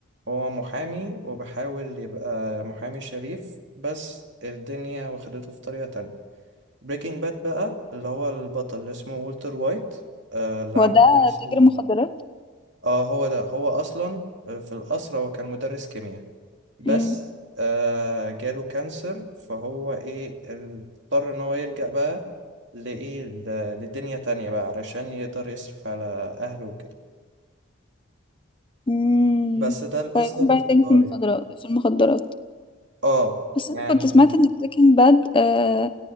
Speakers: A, on the right (about 55°); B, on the left (about 25°).
A: هو محامي وبحاول يبقى محامي شريف بس الدنيا واخدته في طريقة تانية بريكنج باد بقى اللي هو البطل اللي اسمه والتر وايت آه اللي
B: هو
A: عمل
B: ده
A: نفس
B: تاجر
A: ال-
B: مخدرات
A: اه هو ده هو اصلا آه، في القصر هو كان مدرس كيمياء بس
B: امم
A: آه جاله كانسر فهو ايه اضطر ان هو يلجأ بقى لايه ل- لدنيا تانية بقى علشان يقدر يصرف على اهله وكده
B: امم
A: بس ده القصة
B: فيروح بقى
A: باختصار
B: تاجر في المخدرات
A: يعني
B: في المخدرات
A: اه
B: بس
A: يعني
B: انا كنت سمعت ان بريكنج باد آه